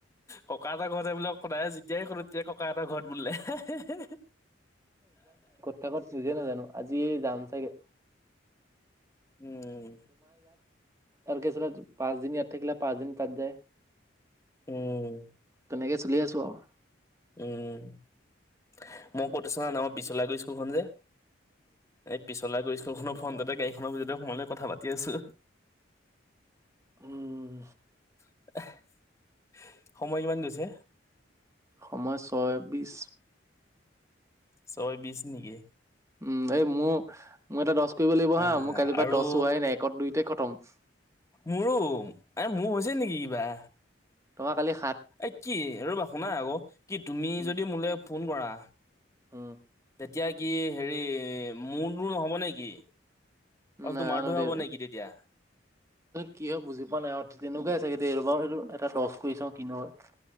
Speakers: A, on the left; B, on the right.
A: ককা-আইতা ঘৰতে এইবিলাক সদাই যেতিয়াই সোধো যে ককা এটা ঘৰত বুলে হে-হে।
B: কাকত নিজে নাজানো আজি যাম চাগে।
A: উম।
B: আৰু কি আছিল পাঁচ দিন ইয়াত থাকিলে পাঁচ দিন তাত যায়।
A: উম।
B: তেনেকৈ চলি আছো আৰু
A: উম' মোৰ প্ৰতিষ্ঠানৰ নামত বিশলাগুৰি স্কুলখন যে এই পিছলা কৰিছে স্কুলখনৰ ফ্ৰন্টততে গাড়ীখনৰ ভিততে সোমাই লৈ কথা পাতি আছো।
B: উম।
A: <inaudible> সময় কিমান গৈছে?
B: সময় ছয় বিছ।
A: ছয় বিছ নেকি?
B: উম, এই মোৰ, মোৰ এটা দছ কৰিব লাগিব হা,
A: আহ
B: মোৰ কালি
A: আৰু
B: পৰা দজ হোৱাই নাই একত দুইতে খ টম
A: মোৰো এ মোৰ হৈছে নেকি কিবা?
B: তোমাৰ কালি সা
A: এই কি ৰ'বা শুনা আকৌ, কি তুমি
B: উম
A: যদি মোলৈ ফোন কৰা
B: উম
A: তে এতিয়া কি হেৰি মোৰনো নহ'ব নেকি? অল
B: নাজানো
A: তোমাৰটোহে
B: দে
A: হ'ব নেকি তেতিয়া
B: কি হয়, বুজি পোৱা নাই আৰু তেনেকুৱাই চাগে দেই ৰ'বা এটা দছ কৰি চাওঁ কিনো হয়